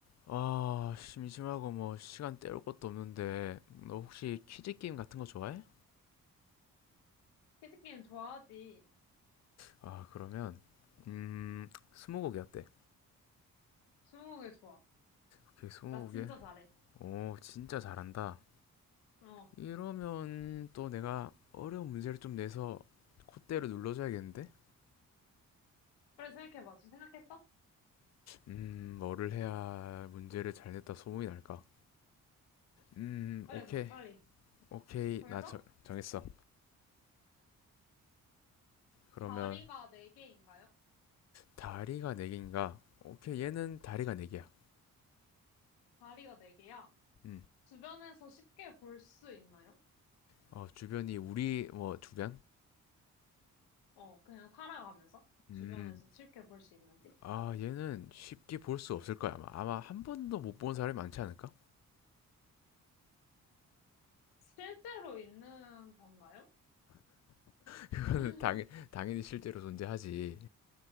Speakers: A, on the left; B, on the left.
A: 아, 심심하고 뭐 시간 때울 것도 없는데 너 혹시 퀴즈 게임 같은 거 좋아해?
B: 퀴즈게임 좋아하지.
A: 아, 그러면 음, 스무고개 어때?
B: 스무고개 좋아.
A: 오케이, 스무고개.
B: 나 진짜 잘해.
A: 오, 진짜 잘한다.
B: 어.
A: 이러면 또 내가 어려운 문제를 좀 내서 콧대를 눌러줘야겠는데?
B: 빨리 생각해봐. 지금 생각했어?
A: 음, 뭐를 해야 문제를 잘 냈다 소문이 날까? 음,
B: 빨리
A: 오케이.
B: 정해, 빨리.
A: 오케이.
B: 정해서?
A: 나 정, 정했어. 그러면
B: 다리가 네개인가요
A: 다리가 네 개인가? 오케이, 얘는 다리가 네 개야.
B: 다리가 네개야
A: 음.
B: 주변에서 쉽게 볼 수 있나요?
A: 어, 주변이 우리 뭐 주변?
B: 어, 그냥 살아가면서?
A: 음.
B: 주변에서 쉽게 볼 수 있는지?
A: 아, 얘는 쉽게 볼 수 없을 거야, 아마. 아마 한 번도 못 본 사람이 많지 않을까?
B: 실제로 있는 건가요?
A: <laughs> 그거는
B: <laughs>
A: 당연, 당연히 실제로 존재하지.